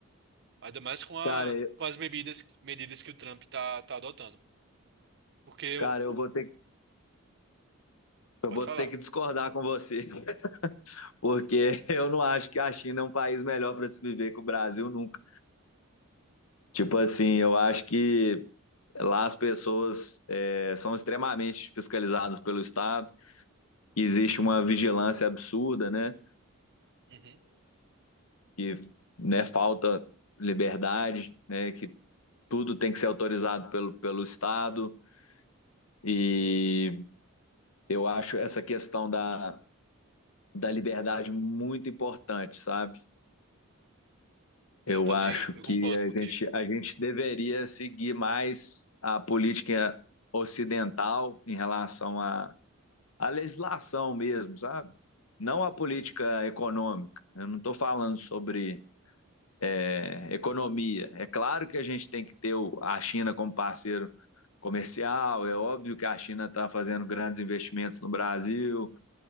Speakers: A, on the right (about 55°); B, on the left (about 75°).
A: Ainda mais com, a,
B: Cara, eu,
A: com as medidas, medidas que o Trump tá, tá adotando. Porque
B: cara,
A: o,
B: eu
A: o,
B: vou ter,
A: o-
B: que- eu
A: Pode
B: vou
A: falar.
B: ter que discordar com você, <laughs> porque eu não acho que a China é um país melhor para se viver que o Brasil nunca. Tipo assim, eu acho que lá as pessoas é, são extremamente fiscalizadas pelo Estado, e existe uma vigilância absurda, né?
A: Uhum.
B: Que né, falta liberdade, né? Que tudo tem que ser autorizado pelo, pelo Estado. E eu acho essa questão da, da liberdade muito importante, sabe? Eu
A: Eu também,
B: acho
A: eu
B: que
A: concordo
B: a
A: contigo.
B: gente, a gente deveria seguir mais a política ocidental em relação à, à legislação mesmo, sabe? Não a política econômica. Eu não estou falando sobre é, economia. É claro que a gente tem que ter o, a China como parceiro comercial, é óbvio que a China está fazendo grandes investimentos no Brasil,